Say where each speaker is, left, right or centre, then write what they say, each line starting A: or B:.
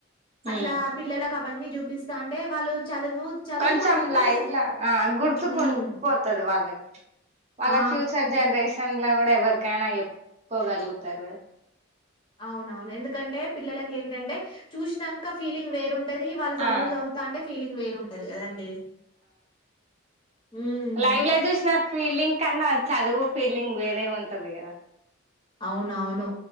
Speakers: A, on the left; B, on the right.
A: అట్లా
B: ఉమ్
A: పిల్లల అవన్నీ చూపిస్తా అంటే వాళ్ళు చదువు చదువు
B: కొంచెం
A: మాత్రమే
B: లైవ్లా ఆ గుర్తుకుం
A: ఉమ్
B: పోతుది వాళ్ళకి వాళ్ళ
A: ఆ
B: ఫ్యూచర్ జనరేషన్ లో కూడా ఎవరికైనా ఎప్పుక్కకోగలుగుతారు
A: అవునవును ఎందుకంటే పిల్లలకి ఏంటంటే చూసినాక ఫీలింగ్ వేరుండది అది వాళ్ళు చదువు
B: ఆ
A: చదువుతా అంటే ఫీలింగ్ వేరుంటంది కదండి ఉమ్
B: లైవ్లాజస ఫిలింగ్ కన్నా చదువు ఫీలింగ్ వేరే ఉంటది కదా
A: అవునవును